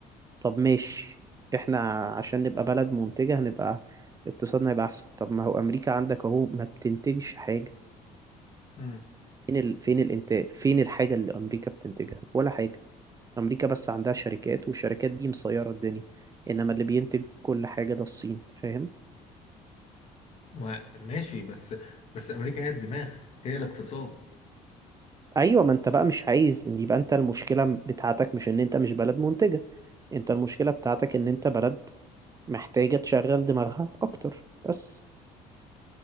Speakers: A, on the right (about 25°); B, on the left (about 50°).
A: طب ماشي احنا عشان نبقى بلد منتجة هنبقى اقتصادنا هيبقى احسن طب ما هو امريكا عندك اهو ما بتنتجش حاجة
B: مم.
A: فين ال... فين الانتاج فين الحاجة اللي امريكا بتنتجها ولا حاجة امريكا بس عندها شركات والشركات دي مسيرة الدنيا انما اللي بينتج كل حاجة ده الصين فاهم
B: ما- ماشي بس بس امريكا هي الدماغ هي الاقتصاد
A: ايوه ما انت بقى مش عايز ان يبقى انت المشكلة بتاعتك مش ان انت مش بلد منتجة انت المشكلة بتاعتك ان انت بلد محتاجة تشغل دماغها اكتر بس